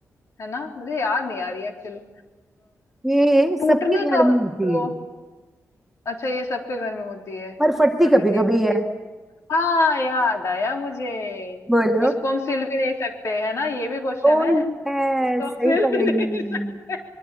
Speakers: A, on the left; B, in the centre.
A: है ना मुझे याद नहीं आ रही एक्चुअली
B: ये सबके
A: टूटने
B: घर
A: का
B: में
A: तो
B: होती है
A: अच्छा ये सबके घर में होती है
B: पर फटती
A: कटने
B: कभी कभी
A: की
B: है
A: हाँ याद आया मुझे
B: बोलो
A: उसको हम सिल भी नहीं सकते है ना ये भी क्वेश्चन
B: ओ
A: है
B: यस
A: इसको हम
B: सही
A: सिल
B: पहेली
A: भी नहीं सकते